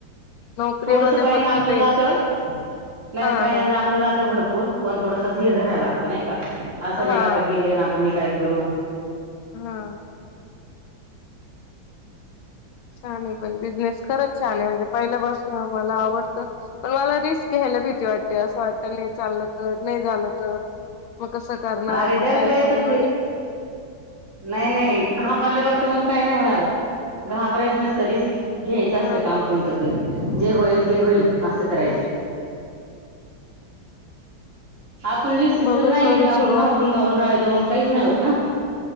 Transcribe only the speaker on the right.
थोडस पयंदा
आपलं
जात नाही
नाही पहिल्यांदा
आपलं जातं भरपूर पण थोडासा धीर राय लागत नाही का असं
नाही का आता गेले ना आता मी काय कररू
अरे
डर
गये
तर फिर नाही नाही घाबरल्यावर तर मग काही नाही होणार घाबरायच नसतं रिस्की घ्यायचं
असतं काम कोणतं पण जे होईल ते होईल असं करायचं
आपण रिस्क
जर नाही
घेतला आपण
घाबरून घाबरून राहित मग काहीच नाही होत ना